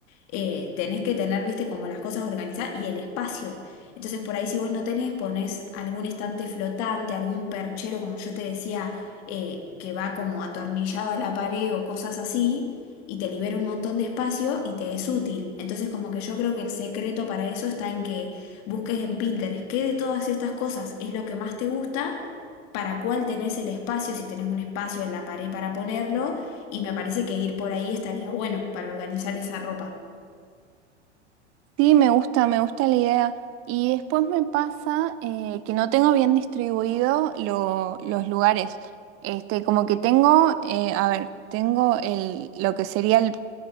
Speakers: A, on the left; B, on the right.
A: eh, tenés que tener, viste, como las cosas organizadas y el espacio. Entonces, por ahí si vos no tenés, ponés algún estante flotante, algún perchero, como yo te decía, eh, que va como atornillado a la pared o cosas así, y te libera un montón de espacio y te es útil. Entonces, como que yo creo que el secreto para eso está en que busques en Pinterest qué de todas estas cosas es lo que más te gusta. para cuál tenés el espacio, si tenés un espacio en la pared para ponerlo, y me parece que ir por ahí estaría bueno para organizar esa ropa.
B: Sí, me gusta, me gusta la idea. Y después me pasa eh, que no tengo bien distribuido lo- los lugares. Este, como que tengo, eh, a ver, tengo el, lo que sería el